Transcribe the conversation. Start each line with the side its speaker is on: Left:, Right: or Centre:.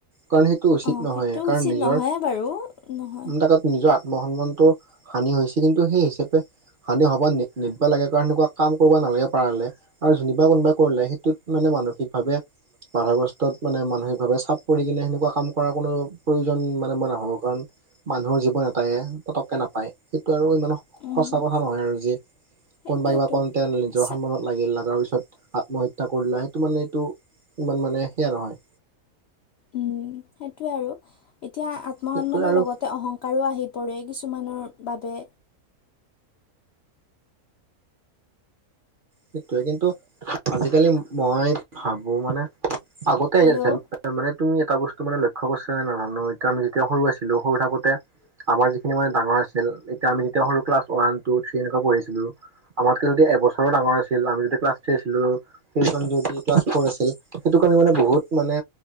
Right: কাৰণ সেই টো, উচিত
Left: অঁ
Right: নহয়,
Left: সেইটো
Right: কাৰণ
Left: উচিত
Right: নিজৰ
Left: নহয়ে বাৰু
Right: <inaudible>
Left: নহয়
Right: নিজৰ আত্মসন্মানটো হানি হৈছে, কিন্তু সেই হিচাপে হানি হ'ব নিদ, নিদবা লাগে কাৰণ, সেনেকুৱা কাম কৰিব নালগে পাৰলে আৰু যেনিবা কোনোবা কৰিলে, সেইটোত মানে মানসিকভাৱে বাধাগ্ৰস্তত মানে মানসিকভাৱে চাপ পৰি কিনে সেনেকুৱা কাম কৰাৰ কোনো প্ৰয়োজন মানে মই নাভাবো কাৰণ মানুহৰ জীৱন এটাইহে, পতককে নাপায় সেইটো আৰু ইমান স
Left: উম,
Right: সঁচা কথা নহয় আৰু যি
Left: সেইটোৱেতো
Right: কোনবা-কিবা <inaudible> নিজৰ
Left: চা
Right: সন্মানত লাগিল, লাগাৰ পিছত আত্মহত্যা কৰিলা সেইটো মানে এইটো ইমান মানে সেয়া নহয়।
Left: উম, সেইটোৱে আৰু এতিয়া আত্মসন্মানৰ
Right: সেইটোৱে আৰু
Left: লগতে অহং কাৰো, আহি পৰে কিছুমানৰ বাবে।
Right: সেটোৱে কিন্তু, আজিকালি মই ভাবো মানে আগতে
Left: হেল্ল'
Right: যেন মানে তুমি এটা বস্তু মানে লক্ষ্য কৰিছা না, নাজানো এতিয়া আমি যেতিয়া সৰু আছিলো সৰু থাকোতে আমাৰ যিখিনি মানে ডাঙৰ আছিল, এতিয়া আমি যেতিয়া সৰু ক্লাছ ওৱান, টু, থ্ৰী এনেকুৱা পঢ়িছিলোঁ আমাতকে যদি এবছৰৰ ডাঙৰ, আছি <inaudible> আমিতো ক্লাছ থ্ৰী আছিলো, <inaudible> ক্লাছ ফৰ আছিল সেইটো কাৰণে মানে বহুত মানে